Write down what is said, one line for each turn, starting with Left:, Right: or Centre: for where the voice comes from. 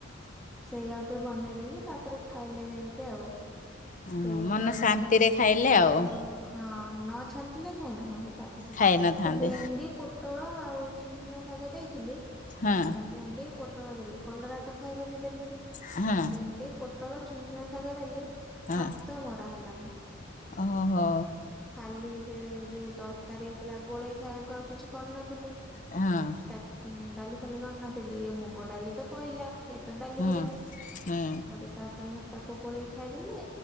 Centre: ସେଇ ଆଉ ଟିକେ ବନେଇଦେଲି ତାପରେ ଖାଇଲେ ଯାଇକି ଆଉ।
Left: ହଁ
Centre: ସେ
Left: ମନ
Centre: କହିଲେ
Left: ଶାନ୍ତିରେ
Centre: ମ
Left: ଖାଇଲେ ଆଉ
Centre: ହ ହଁ ନ ଛାଣିଥିଲେ ଖାଇନଥାନ୍ତେ।
Left: ଖାଇ ନଥାନ୍ତେ
Centre: ସେ ଭେଣ୍ଡି ପୋଟଳ ପୋଟଳ ଆଉ ଛୁନୁଛୁନିଆ ଶାଗ ଦେଇଥିଲି
Left: ହଁ
Centre: ଆ ଭେଣ୍ଡି ପୋ ପୋଟଳ ଦେଲି। କଲରା ତ ଖାଇବେନି ଦେଲିନି।
Left: ହଁ।
Centre: ଭେଣ୍ଡି, ପୋଟଳ, ଛୁନ୍‌ଛୁନିଆ ଶାଗ ଦେଲି।
Left: ହଁ
Centre: ହାତ ମରା ହେଲାନି।
Left: ଓହୋ
Centre: ଖାଲି ସେ ଯୋଉ ତରକାରୀ ହେଇଥିଲା ଗୋଳେଇ ଖାଇବାକୁ ଆଉ କିଛି କରିନଥିଲି?
Left: ହଁ।
Centre: ତା ଡାଲି ଫାଲି କରିନଥିଲି। ମୁଗ ଡାଲି ତ ପଇଲା। ତ ଡାଲି
Left: ହୁଁ
Centre: ଭଳିଆ ସେଇଟୁ
Left: ହୁଁ
Centre: ତାପରେ ତାକୁ ଗୋଳେଇ ଖାଇଦେଲେ।